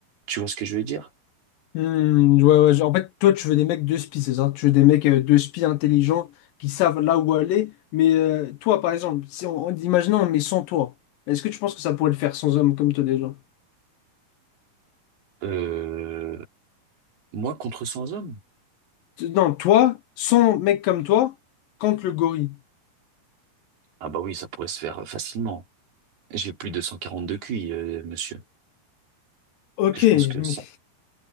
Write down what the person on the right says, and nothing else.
Tu vois ce que je veux dire?
Euh, moi contre 100 hommes?
Ah bah oui, ça pourrait se faire euh, facilement. J'ai plus de 142 QI, euh, monsieur.
que je pense que
ça,